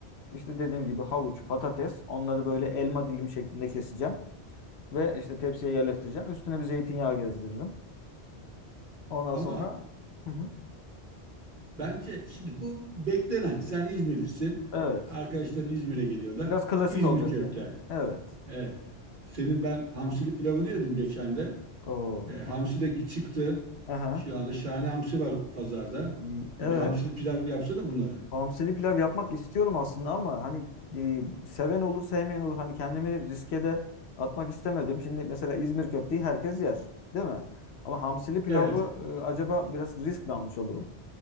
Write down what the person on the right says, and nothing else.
Ama
Bence şimdi bu beklenen. Sen İzmirlisin.
Arkadaşların İzmir'e geliyorlar.
İzmir
köfte.
Evet. Senin ben hamsili pilavını yedim geçen de.
E, hamsi de çıktı.
Şu anda şahane hamsi var pazarda.
E, bir hamsili pilav yapsana bunlara.
Evet.